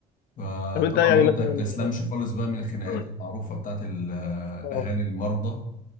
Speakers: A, on the left; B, on the left.
A: فطبعا
B: طب انت يعني
A: بقى
B: مثلا
A: انت ما بتسلمش خالص بقى من الخناقات
B: <coughs>
A: المعروفة بتاعت ال-
B: اه
A: أهالي المرضى